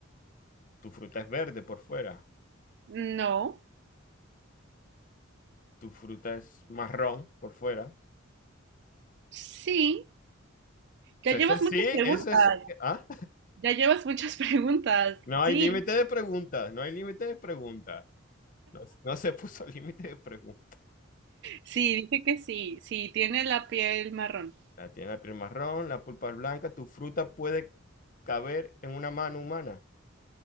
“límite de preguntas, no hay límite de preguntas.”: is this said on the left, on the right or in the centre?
Left